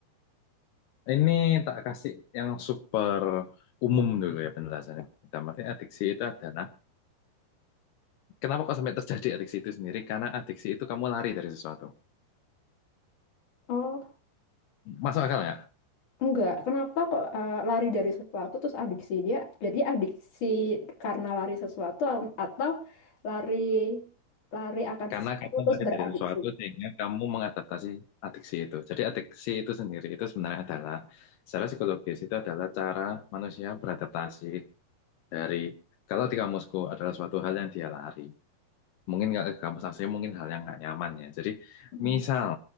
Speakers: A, on the left; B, on the left.
A: ini tak kasih yang super umum dulu ya penjelasannya. Dalam arti adiksi itu adalah, kenapa kok sampai terjadi adiksi itu sendiri? Karena adiksi itu kamu lari dari sesuatu.
B: Oh.
A: Masuk akal ya?
B: Enggak, kenapa kok eh, lari dari sesuatu terus adiksi dia? Jadi adiksi karena lari sesuatu al- atau lari lari akan
A: Karena
B: sesuatu
A: kamu
B: terus
A: lari
B: beradiksi.
A: dari sesuatu sehingga kamu mengadaptasi adiksi itu. Jadi adiksi itu sendiri itu sebenarnya adalah secara psikologis itu adalah cara manusia beradaptasi dari kalau di kamusku adalah suatu hal yang dia lari. Mungkin nggak ke kampus asli mungkin hal yang nggak nyaman ya. Jadi
B: Mm.
A: misal,